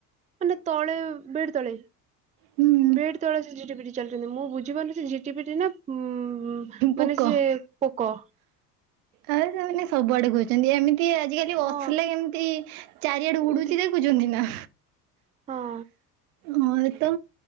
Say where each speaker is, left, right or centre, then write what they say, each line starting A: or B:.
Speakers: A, on the right; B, on the right.
A: ମାନେ ତଳେ ବେଡ୍ ତଳେ।
B: ହୁଁ
A: ବେଡ୍ ତଳେ ସେ ଝିଟିପିଟି ଚାଲିଛନ୍ତି ମୁଁ ବୁଝିପାରୁନି ସେ ଝିଟିପିଟି ନା ଉଁ। ଉଁ
B: ପୋକ
A: ମାନେ ସିଏ ପୋକ।
B: ଆଉ ସେମାନେ ସବୁଆଡେ ଘୁରୁଛନ୍ତି ଏମିତି ଆଜିକାଲି ୱଫଲେ
A: ହଁ
B: କେମିତି ଚାରିଆଡୁ
A: ଏମତି
B: ଉଡୁଛି ଦେ ଖୁଛନ୍ତି ନା।
A: ହଁ।
B: ହଁ ଏ ତ